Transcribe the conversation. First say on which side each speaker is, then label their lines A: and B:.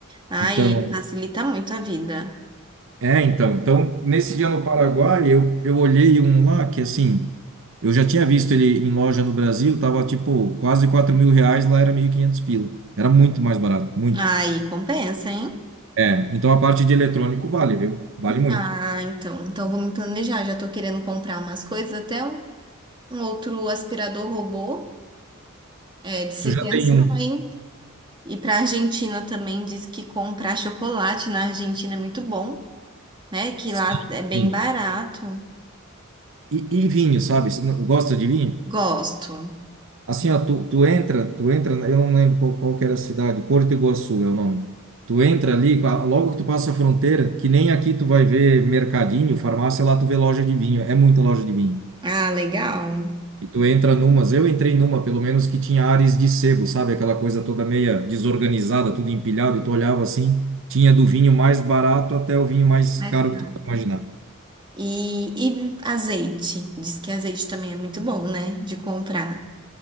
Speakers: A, on the right; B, on the right.
A: Ai,
B: Então,
A: facilita muito a vida.
B: É, então, então, nesse dia no Paraguai, eu, eu olhei um lá que, assim, eu já tinha visto ele em loja no Brasil, tava, tipo, quase quatro mil reais, lá era 1.500 pila. Era muito mais barato, muito.
A: Aí compensa, hein?
B: É, então a parte de eletrônico vale, viu? Vale muito.
A: Ah, então, então vou me planejar. Já tô querendo comprar umas coisas, até um, um outro aspirador robô. É de se
B: Tu já
A: pensar,
B: tem um.
A: hein? E para a Argentina também diz que comprar chocolate na Argentina é muito bom, né? Que
B: Sim,
A: lá é bem
B: sim.
A: barato.
B: E, e vinho, sabe? Você não- Gosta de vinho?
A: Gosto.
B: Assim, ó, tu, tu entra, tu entra, eu não lembro qual, qual que era a cidade, Porto Iguaçu é o nome. Tu entra ali, a- logo que tu passa a fronteira, que nem aqui tu vai ver mercadinho, farmácia, lá tu vê loja de vinho, é muita loja de vinho.
A: Ah, legal.
B: E tu entra numas, eu entrei numa, pelo menos, que tinha ares de sebo, sabe? Aquela coisa toda meia desorganizada, tudo empilhado, e tu olhava assim, tinha do vinho mais barato até o vinho mais
A: Mas,
B: caro
A: cara,
B: que tu pode imaginar.
A: E, e azeite. Diz que azeite também é muito bom, né? De comprar.